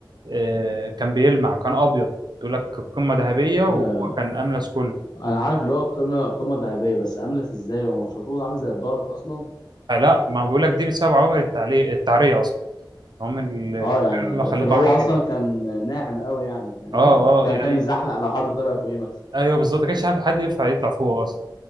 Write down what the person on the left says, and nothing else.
آه
انا عارف اللي هو القمة قمة ذهبية بس املس ازاي هو مش المفروض عامل زي الدرج اصلا
اه يعني
لكن هو
اصلا
كان ناعم قوي يعني فاهمني
كان
كان يزحلق لو حد طلع فوقيه مثلا